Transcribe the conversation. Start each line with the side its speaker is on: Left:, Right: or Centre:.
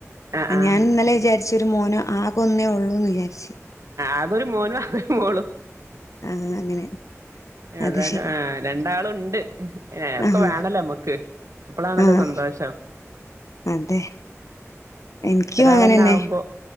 Right: ആഹ് ആഹ്
Left: ഞാൻ ഇന്നലെ വിചാരിച്ച- ച്ച ഒരു മോനോ ആകൊന്നേ ഉള്ളൂ എന്ന് വിചാരിച്ചച്ച്.
Right: ആകൊരു മോനും ആകൊരു മോളും.
Left: ആഹ് അങ്ങനെ
Right: ഏതായാലും
Left: അത് ശരി
Right: ആ രണ്ടാളുണ്ട് ഏ ഒക്കെ
Left: ആഹ്
Right: വേണല്ലോ നമ്മക്ക് അപ്പളാണല്ലോ
Left: ആഹ്
Right: സന്തോഷം.
Left: അതെ എനിക്കും
Right: ഒരാളെന്നെ
Left: അങ്ങനെന്നെ
Right: ആവുമ്പോ